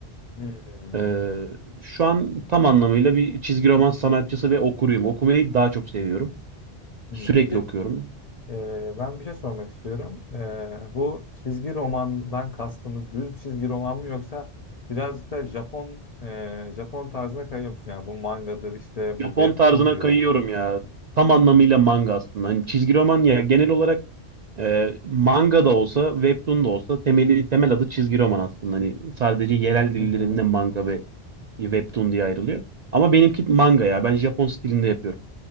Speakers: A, on the left; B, on the right.
A: Hmm.
B: Ee, şu an tam anlamıyla bir çizgi roman sanatçısı ve okuruyum. Okumayı daha çok seviyorum.
A: Hmm.
B: Sürekli
A: Peki
B: okuyorum.
A: e, ben bir şey sormak istiyorum. E, bu çizgi romandan kastımız düz çizgi roman mı yoksa birazcık da Japon e, Japon tarzına kayıyor musun? Yani bu mangadır işte
B: Japon
A: bu webtoon
B: tarzına
A: diyorlar.
B: kayıyorum ya. Tam anlamıyla manga aslında. Hani çizgi roman ya genel olarak e, manga da olsa, webtoon da olsa temeli temel adı çizgi roman aslında. Hani sadece yerel dillerinde
A: Hı hı.
B: manga ve Webtoon diye ayrılıyor. Ama benimki manga ya. Ben Japon stilinde yapıyorum